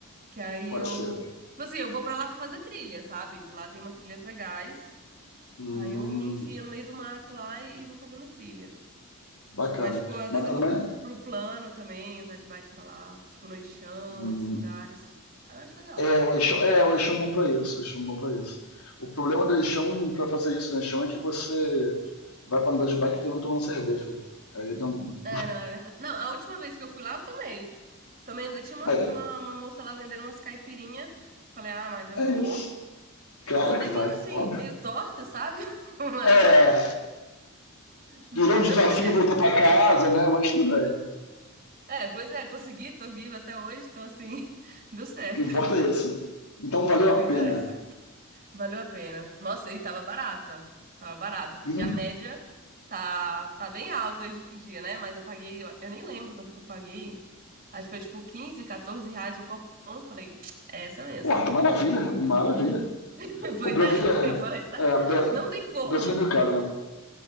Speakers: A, on the right; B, on the left.
A: que aí
B: Pode
A: eu.
B: ser.
A: Tipo assim, eu vou pra lá pra fazer trilha, sabe? Lá tem umas trilhas legais.
B: Hum,
A: Aí eu me enfio no meio do mato lá e e vou fazendo trilha.
B: bacana.
A: Mas, tipo, às
B: Mas
A: vezes
B: também.
A: eu vou pro, pro plano também, andar de bike pra lá, tipo, no Eixão,
B: hum,
A: esses lugares. Eu acho legal.
B: É, o Eixão, é, o Eixão é bom pra isso, o Eixão é bom pra isso. O problema do Eixão pra fazer isso no Eixão é que você vai pra andar de bike e termina tomando cerveja, né? Aí dá um.
A: É, não, é verdade. Não, a última vez que eu fui lá, eu tomei Também ainda tinha uma,
B: Aí,
A: uma, uma moça lá vendendo umas caipirinha. Falei, ah, mas eu
B: é
A: vou.
B: isso. Claro
A: Voltei
B: que vai,
A: meio assim,
B: óbvio.
A: meio torta, sabe? <laughs> Mas,
B: É,
A: mas
B: virou um desafio,
A: deu certo,
B: voltou
A: deu
B: pra
A: certo.
B: casa, né? Mas tudo bem.
A: É, pois é, consegui, tô viva até hoje, então assim, <laughs> deu certo.
B: O que importa é isso. Então valeu
A: Pois
B: a pena.
A: é. Valeu a pena. Nossa, e tava barata. Tava barata, porque
B: E,
A: a média tá, tá bem alta hoje em dia, né? Mas eu paguei, eu eu nem lembro quanto que eu paguei. Acho que foi tipo 15, 14 reais o copão. Falei, é essa mesmo.
B: porra, maravilha, maravilha.
A: <laughs> Pois
B: O Brasil
A: é,
B: é.
A: eu falei, "Tá,
B: é Bra-
A: não tem como.
B: Brasil é meio caro, né?